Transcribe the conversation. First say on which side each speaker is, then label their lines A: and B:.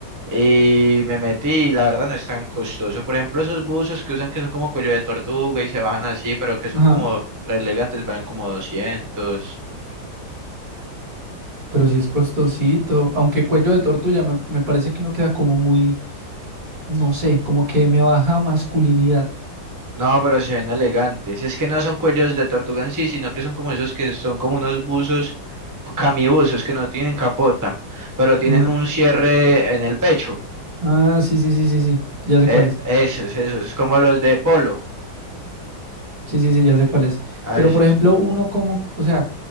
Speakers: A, on the right; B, on the right.
A: y me metí, y la verdad no es tan costoso. Por ejemplo, esos buzos que usan que son como cuello de tortuga y se bajan así, pero que son
B: Ajá.
A: como re elegantes, valen como doscientos
B: Pero sí es costosito, aunque cuello de tortuga me, me parece que no queda como muy, no sé, como que me baja masculinidad.
A: No, pero se ven elegantes. Es que no son cuellos de tortuga en sí, sino que son como esos que son como unos buzos, camibuzos, que no tienen capota, pero tienen
B: Mm,
A: un cierre en el pecho.
B: Ah, sí, sí, sí, sí, sí, ya sé
A: Eh,
B: cuál es.
A: esos, esos, como los de polo,
B: Sí, sí, sí, ya sé cuál es.
A: a
B: Pero
A: veces.
B: por ejemplo, uno como, o sea,